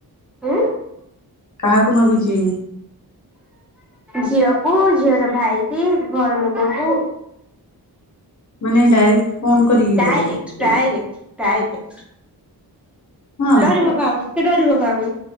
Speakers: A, in the centre; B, on the left (about 50°).
A: ଏଁ?
B: କାହାକୁ ମାଗୁଛି?
A: ଝିଅକୁ। ଝିଅର ଭାଇ କି, ଘର ଲୋକଙ୍କୁ।
B: ମାନେ ଡାଇରେକ୍ଟ ଫୋନ କରିକି
A: ଡାଇରେକ୍ଟ
B: କହୁଛି
A: ଡାଇରେକ୍ଟ ଡାଇରେକ୍ଟ।
B: ହଁ
A: ଡରିବ କାହାକୁ? ସେ ଡରିବ କାହାକୁ?